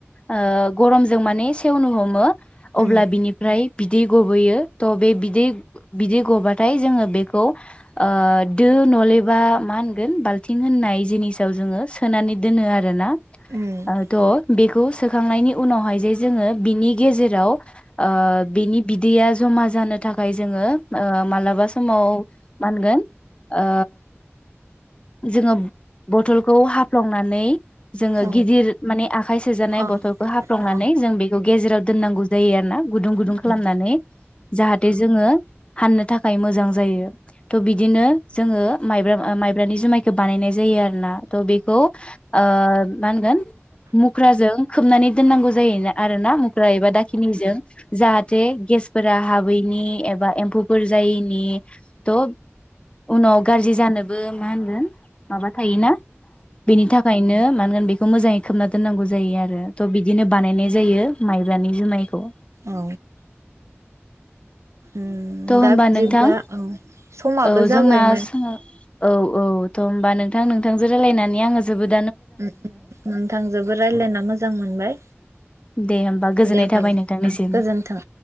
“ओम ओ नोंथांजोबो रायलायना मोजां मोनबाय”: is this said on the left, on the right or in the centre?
Right